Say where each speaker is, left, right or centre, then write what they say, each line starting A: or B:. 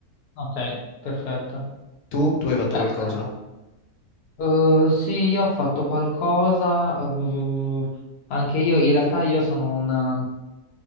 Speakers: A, on the left; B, on the left.
A: Ok, perfetto.
B: Tu? Tu hai fatto
A: Beh,
B: qualcosa?
A: non è male. Eh, sì, io ho fatto qualcosa, eh, anche io in realtà io sono un,